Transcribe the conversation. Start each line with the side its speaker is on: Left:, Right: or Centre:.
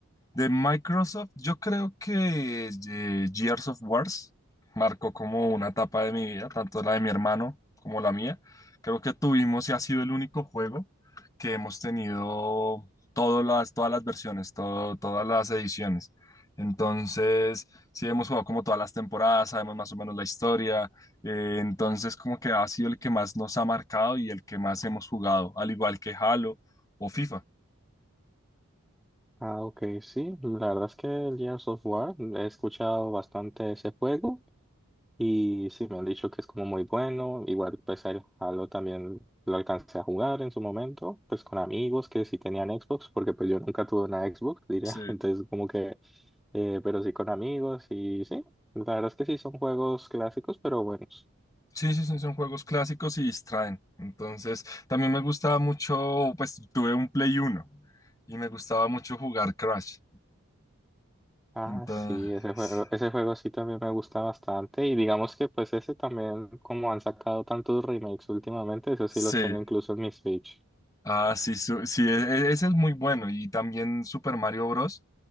Left: De Microsoft, yo creo que eh, Gears of Wars marcó como una etapa de mi vida, tanto la de mi hermano como la mía. Creo que tuvimos y ha sido el único juego que hemos tenido todas las, todas las versiones, todo- todas las ediciones. Entonces, sí hemos jugado como todas las temporadas, sabemos más o menos la historia. eh, entonces, como que ha sido el que más nos ha marcado y el que más hemos jugado, al igual que Halo o FIFA.
Centre: Ah, ok, sí, la verdad es que el Gears of War he escuchado bastante ese juego y sí, me han dicho que es como muy bueno, igual pues el Halo también lo alcancé a jugar en su momento, pues con amigos que sí tenían Xbox, porque pues yo nunca tuve una Xbox, diría,
Left: Sí.
Centre: <laughs> entonces como que, eh, pero sí con amigos y sí, la verdad es que sí son juegos clásicos, pero buenos.
Left: Sí, sí, sí, son juegos clásicos y distraen. Entonces, también me gustaba mucho, pues tuve un Play uno y me gustaba mucho jugar Crash.
Centre: Ah,
Left: Entonces,
Centre: sí, ese juego, ese juego sí también me gusta bastante y digamos que pues ese también, como han sacado tantos remakes últimamente, esos
Left: sí.
Centre: sí los tengo incluso en mi Switch.
Left: Ah, sí, su- sí, e- e- ese es muy bueno. Y también Super Mario Bros.